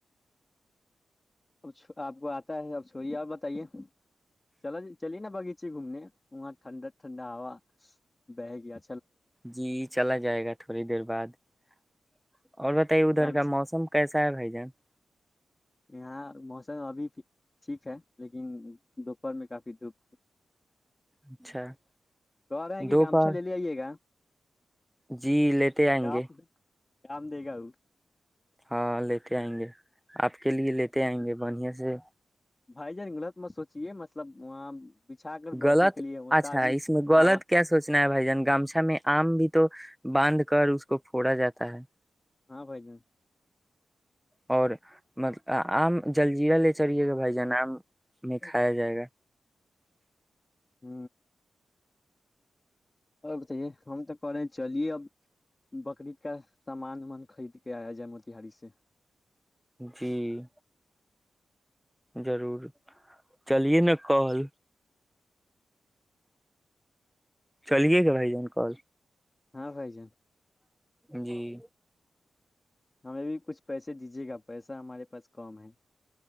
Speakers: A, on the left; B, in the centre.
A: اب آپ کو آتا ہے اب چھوئیے اور بتائیے چلا ج چلیے نا باغیچے گھومنے وہاں ٹھنڈا ٹھنڈا ہوا بہ گیاھا
B: جی چلا ج جائے گا تھوڑی دیر بعد <unintelligible> اور بتائیے ادھر
A: گم
B: کا موسم کیسے س بھائی جان <unintelligible>
A: یہاں موسم ابھی ٹھیک ہے لیکن دوپہر میں کافی دھوپ
B: اچھا <unintelligible>
A: کہ رہے ہیں کہ
B: دوپہر
A: گامچھا لے لے آئیے گا
B: جی لیتے آئیں
A: کام
B: گے
A: کام دے گا وہ
B: ہاں لیتے آئیں گے آپ کے لیے لیتے آئیں گے بڑھیا سے
A: بھائی ج غلط میں سوچیے مطلب وہاں بچھا کر بیٹھنے
B: غلط
A: کے لیے وہ
B: اچھا
A: تازی
B: اس میں غلط
A: ہوا
B: کیا سوچنا ہے بھائی جان گمھا میں آم بھی تو باندھ کر اس کو پھوڑا جاتا ہے <unintelligible>
A: ہاں بھائی جان
B: ہوی <unintelligible> م آم جلجیرا لے چلیے گا بھائی جان آم میں
A: ہوں
B: کھایا جائے گا
A: ہ اور بتائیے ہم تو کرے چلیے اب بکریید کا سامان ومان خرید کے آیا جائے موتیہاری سے <unintelligible>
B: جی ضرور چلیے نا کل چلیے گ بھائی جان کال
A: ہاں بھائی جان
B: جی <unintelligible>
A: ہمیں بھی کچھ پیسے دیجیے گا پیسہ ہمارے پاس کم ہے